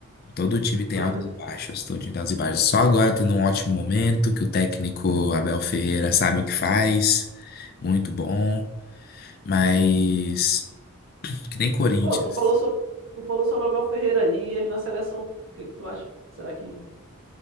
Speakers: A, on the left; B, on the right.
A: Todo time tem
B: <laughs>
A: altos
B: Tô-
A: e baixos, todo time tem altos e baixos. Só agora tá num ótimo momento que o técnico Abel Ferreira sabe o que faz, muito bom, mas que nem Corinthians.
B: Pô, tu falou sobre, tu falou sobre o Abel Ferreira aí e ele na seleção. O que que tu acha? Será que